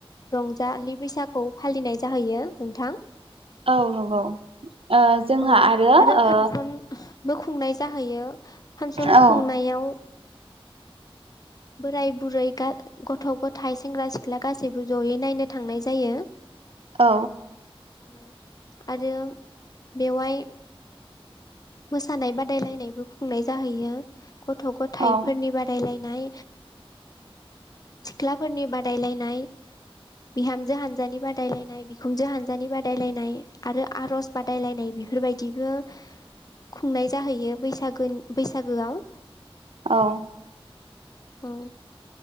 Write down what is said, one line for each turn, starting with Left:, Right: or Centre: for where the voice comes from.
Left: रंजालि बैसागु फालिनाय जाहैयो नोंथां।
Right: औ नंगौ ओ जोंहा
Left: औ आरो
Right: ओ
Left: फांसन बो खुंनाय जाहैयो फांसन
Right: औ
Left: खुंनायाव बोराय बुरै गथ' गथाय सेंग्रा सिख्ला गासैबो जयै नायनो थांनाय जायो।
Right: औ
Left: औ आरो बेवहाय मोसानाय बादायलायनायबो खुंनाय जाहैयो गथ' गथायफोरनि
Right: औ
Left: बादायलायनाय सिख्लाफोरनि बादायलायनाय बिहामजो हानजानि बादायलायनाय बिखुनजो हानजानि बादायलायनाय आरो आर'ज बादायलायनाय बेफोरबायदिबो खुंनाय जाहैयो बैसाग बैसागोआव
Right: औ
Left: औ